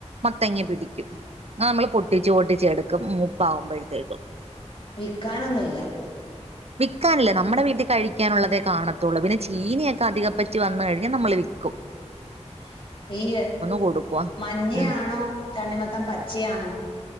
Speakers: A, on the right; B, on the left.
A: മത്തങ്ങ പിടിക്കും അത് നമ്മള് പൊട്ടിച്ചു പൊട്ടിച്ചു എടുക്കും മൂപ്പാവുമ്പഴത്തേക്കും
B: വിക്കാനൊന്നുല്ല
A: വിക്കാനില്ല നമ്മുടെ വീട്ടി കഴിക്കാനുള്ളതേ കാണത്തൊള്ളൂ പിന്നെ ചീനിയൊക്കെ അധികപ്പറ്റി വന്നു കഴിഞ്ഞാ നമ്മള് വിക്കും
B: <inaudible> ഈ
A: കൊടുക്കുവ
B: മഞ്ഞയാണോ?
A: ഉം
B: തണ്ണിമത്തൻ പച്ചയാണോ?